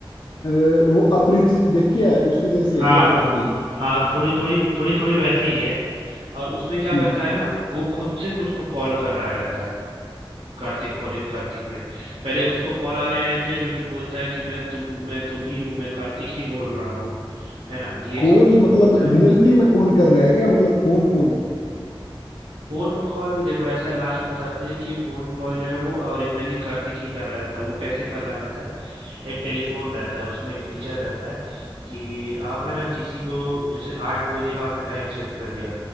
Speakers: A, on the left (about 55°); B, on the right (about 85°).
A: अ, वो अपरिचित देखी है उसकी जैसी
B: हाँ
A: है क्या थोड़ी
B: अ,
A: थोड़ी
B: हाँ थोड़ी थोड़ी थोड़ी थोड़ी वैसी ही है और उसमें क्या
A: हम्म
B: करता है ना वो खुद से खुद को कॉल कर रहा रहता है कार्तिक कॉलिंग कार्तिक में पहले उसको कॉल आ रहे रहते हैं जो कि बोलता है कि मैं तुम मैं तुम ही हूँ मैं कार्तिक ही बोल रहा हूँ है ना ये
A: कॉल
B: सब उसको
A: मतलब
B: बोलता है
A: रियलिटी में कॉल कर रहा है क्या मतलब फोन कॉल वो
B: फोन कॉल देखो ऐसा लास्ट में बताते हैं कि फोन कॉल जो है वो ओरिजिनली कार्तिक ही कर रहा रहता है वो कैसे कर रहा रहता है एक टेलीफोन रहता है उसमें एक फीचर रहता है कि आप है ना किसी को जैसे आठ बजे का आपने टाइम सेट कर दिया